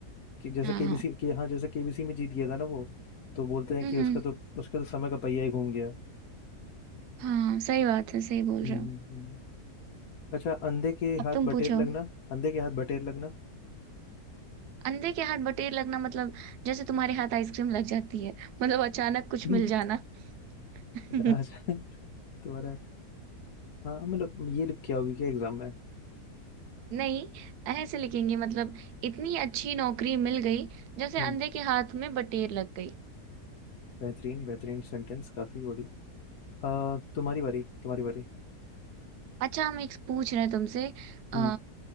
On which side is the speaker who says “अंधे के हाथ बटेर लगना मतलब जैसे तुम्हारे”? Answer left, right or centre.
Right